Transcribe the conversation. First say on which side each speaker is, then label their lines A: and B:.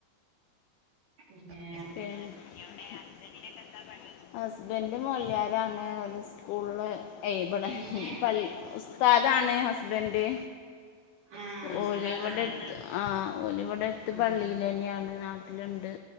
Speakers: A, on the right; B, on the left.
A: പിന്നെ
B: എവിടെ ഹസ്ബന്റിനൊക്കെ എന്താ പണി? ഹസ്ബന്റ് മോല്യാരാണ്. ഓല് സ് സ്കൂൾള് ഏയ് ഇബടെ
A: എങ്ങനെ
B: പള് ഉസ്താദാണ് ഹസ്ബൻഡ്
A: ആഹ് ഉസ്താദാണോ
B: ഓല് ഇവടെട്ത്ത് ആഹ് ഓല് ഇവടെടെത്ത്
A: ആഹ്
B: പള്ളിലെന്യാണ്. നാ ട്ടില്ണ്ട്.